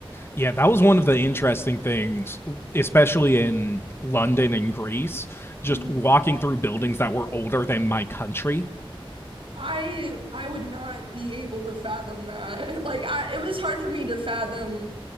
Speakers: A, on the left; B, on the right.
A: Yeah, that was one of the interesting things, especially in London and Greece, just
B: hmm
A: walking through buildings that were older than my country.
B: I I would not be able to fathom that. <laughs> Like I, it was hard for me to fathom